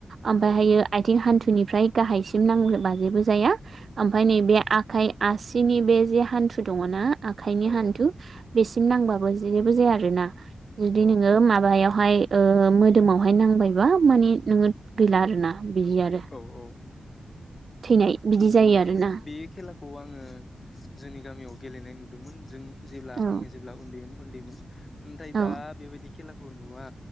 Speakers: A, on the right; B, on the left.
A: ओमबाहायो
B: औ
A: आइथिं हान्थुनिफ्राय गाहायसिम नांबा जेबो जाया ओमफाय नैबे आखाइ आसिनि बे जे हान्थु दङना आखाइनि
B: औ
A: हान्थु बेसिम नांबाबो जेबो जाया आरो ना जुदि
B: औ
A: नोङो माबायाव हाय ओ मोदोमावहाय नांबायबा माने नोङो गैला आरोना बिदि आरो
B: औ औ
A: थैनाय बिदि
B: नंगौ
A: जायो
B: नोंथां
A: आरोना
B: बे खेलाखौ आङो जोंनि गामियाव गे लेनाय नुदोंमोन जों जे
A: औ
B: आङो जेब्ला उन्दैमोन उन्दैमोन नाथाय
A: औ
B: दा बेबायदि खेलाखौ नुवा